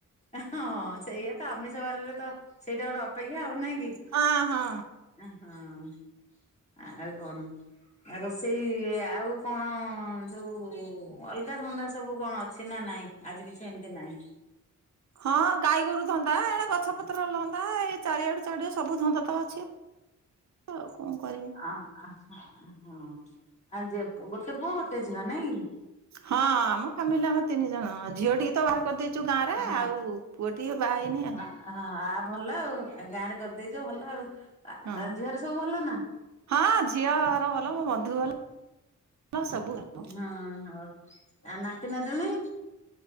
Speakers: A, on the left; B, on the right.
A: ହଁ ସେଇଆ ତ ଆମିଷ ବାରରେ ତ ସେଇଟା ଗୋଟେ ଅପେକ୍ଷା ହଉ ନା କି? କି
B: ହଁ ହଁ
A: ଅ ହଁ। ଆଉ କଣ ଆ ରୋଷେଇ ଆଉ କଣ ଯୋଉ ଅଲଗା ଧନ୍ଦା ସବୁ କଣ ଅଛି ନା ନାଇଁ ଆଜି କିଛି ଏମିତି ନାଇଁ?
B: ହଁ ଗାଈ ଗୋରୁ ଧନ୍ଦା ଏଣେ ଗଛପତ୍ର ଲନ୍ଦା ଏଇ ଚାରିଆଡୁ ଚାରିଆଡୁ ସବୁ ଧନ୍ଦା ତ ଅଛି। ହ ଆଉ କଣ କରିବି
A: ଆ ହଁ ଆ ଯେ ଗୋଟେ ପୁଅ ଗୋଟେ ଝିଅ ନାଇଁ କି?
B: ହଁ ଆମ ଫାମିଲିରେ ଆମେ ତିନି ଜଣ। ହଁ ଝିଅଟିକୁ ତ ବାହା କରିଦେଇଚୁ ଗାଁ ରେ
A: ହଁ
B: ଆଉ ପୁଅଟିଏ ବାହା ହେଇନି ଆଉ।
A: ହଁ ଆ ଭଲ ଆଉ ଆଉ ଗାଁ ରେ କରିଦେଇଚ ଭଲ ଆଉ।
B: ହଁ
A: ଝିଅରେ ସବୁ ଭଲ ନା?
B: ହଁ ଝିଅର ଭଲ ମୋ ବନ୍ଧୁ ଭଲ ସବୁ ଭଲ
A: ହଁ ହୋଉ। ଆ ନାତି ନାତୁଣୀ?